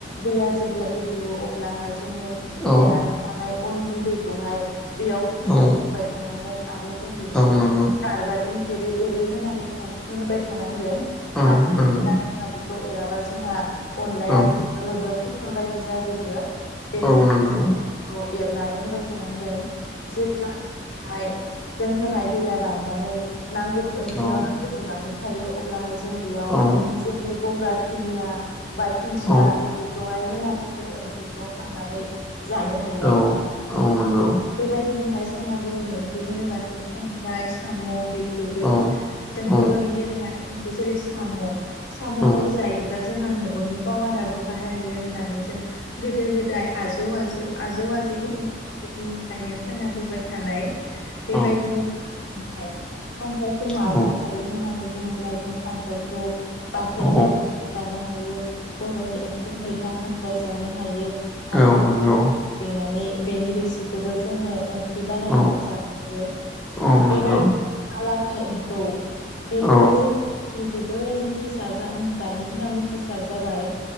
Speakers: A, on the left (about 85°); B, in the centre.
A: दैया जेब्ला गोदौवो अब्लाहाय जोङो
B: औ
A: देना। लानाय अन गुन्दैखौहाय बेयाव। फ्रि
B: औ
A: फ्रि होबाय थानांगोन आरो जों बेखौ
B: औ नंगौ
A: गारबाजों एरै एरै होनानै होबाय थानांगोन
B: औ
A: मानो
B: नंगौ
A: होनोबा जोंहा बेखौ एराबा जोंहा अनलाया
B: औ
A: लद्र लद्र पिटर बायदि जाजोबो बेनि
B: औ
A: थाखायनो
B: नंगौ
A: जों बेखौ एरनानै होबाय थानांगोन जेब्ला बेहाय जों होनाय दैया राननानै नांगौ ओंख्रियाव
B: औ औ
A: नांगौ बिबांनि थायो अब्लाहाय जों बेयाव
B: औ
A: जोंनि गंगार दुनिया बा दुन्सिया
B: औ
A: बेफोरखौहाय होनानै जों ओंख्रिखौ खांनानै जानो हायो
B: औ औ नंगौ
A: बेबायदिनोहाय जोंहा बर'नि ओंख्रि होनोबाथ' खांख्राइ साम' बे फोरबो
B: औ
A: जों
B: औ
A: बर'नि दोरोङारि ओंख्रि जेरै साम' साम'खौ
B: औ
A: जायोब्ला जोंहा मेगननि पावाराबो बारायो होननानै जों गोदो गोदाय आजौ आजौ आजौ आजै दिननिफ्रायनो खोनाबोबाय थानाय बेबायदिनो
B: औ
A: जोंहा खांख्राय खांख्रायखौ माजों
B: औ
A: हायो होननानै बुङोब्ला जों खांख्राइखौ बाथोन
B: औ
A: देनानै जानो हायो बर'नि ओंख्रि मैथा खांख्राइ जानो हायो आरो
B: औ
A: हांख्राय
B: नंगौ
A: देनानै बेनि रोसिखौबो जोङो ओंख्रि बानायनानै
B: औ
A: जानो हायो
B: औ नंगौ
A: बेबायदिनो लाथा एम्फौ बेफोरबो
B: औ
A: जों जोबोर मिथिसार दानि दिनाव मिथिसार जाबाय